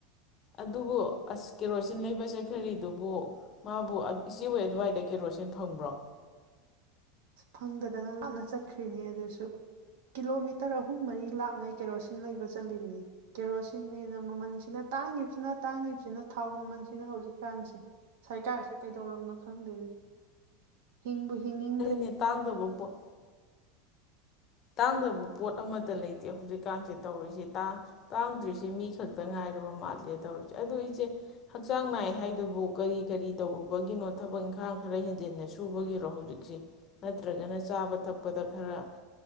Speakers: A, on the left (about 25°); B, on the right (about 70°).
A: ꯑꯗꯨꯕꯨ ꯑꯁ ꯀꯦꯔꯣꯁꯤꯟ ꯂꯩꯕ ꯆꯠꯈ꯭ꯔꯤꯗꯨꯕꯨ ꯃꯥꯕꯨ ꯑꯗꯨ ꯏꯆꯦꯍꯣꯏ ꯑꯗꯨꯋꯥꯏꯗ ꯀꯦꯔꯣꯁꯤꯟ ꯐꯪꯕ꯭ꯔꯣ
B: ꯐꯪꯗꯗꯅ ꯂꯥꯞꯅ ꯆꯠꯈ꯭ꯔꯤꯅꯤ ꯑꯗꯨꯁꯨ ꯀꯤꯂꯣꯃꯤꯇꯔ ꯑꯍꯨꯝ ꯃꯔꯤ ꯂꯥꯞꯉꯩ ꯀꯦꯔꯣꯁꯤꯟ ꯂꯩꯕ ꯆꯠꯂꯤꯕꯅꯤ ꯀꯦꯔꯣꯁꯤꯟꯅꯦꯅ ꯃꯃꯜꯁꯤꯅ ꯇꯥꯡꯒꯤꯕꯁꯤꯅ- ꯇꯥꯡꯒꯤꯕꯁꯤꯅ ꯊꯥꯎ ꯃꯃꯜꯁꯤꯅ ꯍꯧꯖꯤꯛꯀꯥꯟꯁꯦ ꯁꯔꯀꯥꯔꯁꯦ ꯀꯩꯗꯧꯔꯝꯅꯣ ꯈꯪꯗꯦ ꯍꯤꯡꯕꯨ-ꯍꯤꯡꯅꯤꯡ
A: ꯅꯦ ꯇꯥꯡꯗꯕ ꯄꯣꯠ ꯇꯥꯡꯗꯕ ꯄꯣꯠ ꯑꯃꯇ ꯂꯩ ꯍꯧꯖꯤꯛꯀꯥꯟꯁꯦ ꯇꯧꯔꯤꯁꯦ ꯇꯥꯡ-ꯇꯥꯡꯗ꯭ꯔꯤꯁꯦ ꯁꯤ ꯃꯤ ꯈꯛꯇ ꯉꯥꯏꯔꯕ ꯃꯥꯜꯂꯦ ꯇꯧꯔꯤꯁꯦ ꯑꯗꯣ ꯑꯩꯁꯦ ꯍꯛꯆꯥꯡ ꯅꯥꯏ ꯍꯥꯏꯗꯨꯕꯨ ꯀꯔꯤ-ꯀꯔꯤ ꯇꯧꯔꯨꯕꯒꯤꯅꯣ ꯊꯕꯛ ꯏꯪꯈꯥꯡ ꯈꯔ ꯍꯦꯟꯖꯤꯟꯅ ꯁꯨꯕꯒꯤꯔꯣ ꯍꯧꯖꯤꯛꯁꯦ ꯅꯠꯇ꯭ꯔꯒꯅ ꯆꯥꯕ ꯊꯛꯄꯗ ꯈꯔ